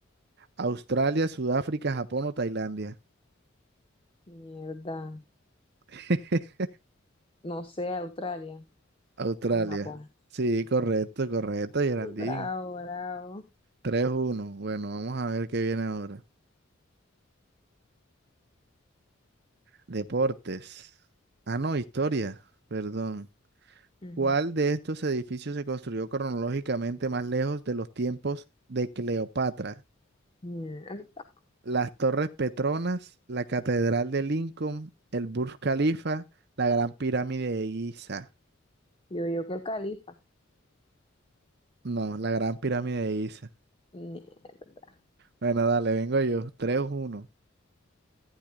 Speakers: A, on the right (about 55°); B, on the left (about 25°).
A: Australia, Sudáfrica, Japón o Tailandia.
B: <laughs> Mierda.
A: <laughs>
B: No sé, Australia
A: Australia.
B: o en Japón.
A: Sí, correcto, correcto, Geraldine.
B: Bravo, bravo.
A: Tres uno, Bueno, vamos a ver qué viene ahora. Deportes. Ah, no, historia. Perdón.
B: Ujú.
A: ¿Cuál de estos edificios se construyó cronológicamente más lejos de los tiempos de Cleopatra?
B: Mierda.
A: Las Torres Petronas, la Catedral de Lincoln, el Burj Khalifa, la Gran Pirámide de Giza.
B: Yo, yo que el califa.
A: No, la Gran Pirámide de Giza.
B: Mierda.
A: Bueno, dale, vengo yo. 3 uno.